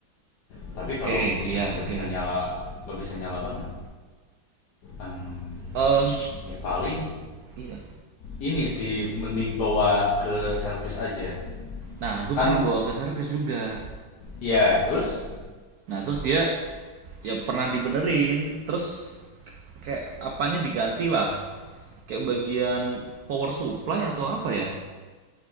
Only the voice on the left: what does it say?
tapi
kalau
misalkan
nggak
bisa nyala nggak bisa nyala banget em,
ya paling
ini sih mending bawa ke servis aja
kan
ya terus